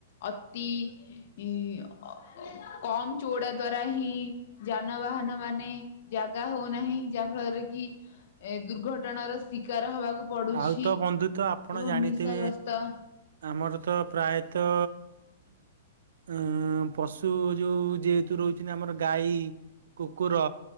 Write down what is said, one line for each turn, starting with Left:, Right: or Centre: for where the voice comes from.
Left: ଅତି। ଇ ଅ କମ ଚଉଡା ଦ୍ଵାରା ହିଁ। ଯାନବାହାନ ମାନେ ଜାଗା ହଉନାହିଁ। ଯାହା ଫଳରେ କି ଏ ଦୁର୍ଘଟଣାର ଶିକାର ହବାକୁ ପଡୁଛି
Right: ଆଉ ତ
Left: ଏବଂ
Right: ବନ୍ଧୁ ତ ଆପଣ ଜାଣିଥିବେ
Left: ନିଶାଗ୍ରସ୍ତ।
Right: ଆମର ତ ପ୍ରାୟତଃ। ଅ ପଶୁ ଯେଉଁ ଯେହେତୁ ରହୁଛନ୍ତି ଆମର ଗାଈ। କୁକୁର